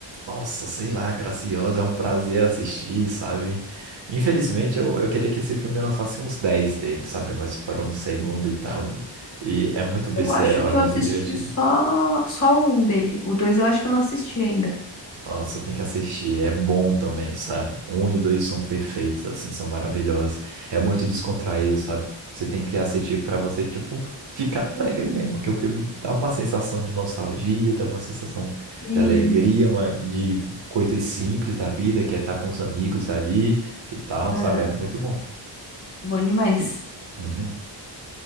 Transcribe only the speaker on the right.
nossa, sei lá, graciosa. É um prazer assistir, sabe? Infelizmente, eu, eu queria que esse filme lançasse uns 10 dele, sabe? Mas parou no segundo e tal. E, e é muito besteirol,
é
muito
divertido.
Nossa, tem que assistir. É bom também, sabe? Um e o dois são perfeitos, assim, são maravilhosos. É muito descontraído, sabe? Você tem que assistir pra você, tipo, ficar alegre mesmo, que o filme dá uma sensação de nostalgia, dá uma sensação
de alegria, uma- de coisas simples da vida, que é estar com os amigos ali e tal,
sabe? É muito bom.
Uhum.